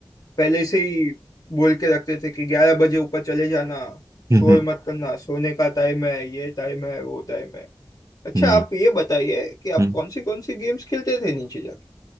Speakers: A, on the left (about 50°); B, on the right (about 35°).
A: पहले से ही बोल के रखते थे कि ग्यारह बजे ऊपर चले जाना
B: हम्म
A: शोर मत करना सोने का टाइम है ये टाइम है वो टाइम है अच्छा
B: हम्म
A: आप ये बताइए कि
B: हम्म,
A: आप कौन सी कौन सी गेम्स खेलते थे नीचे जाके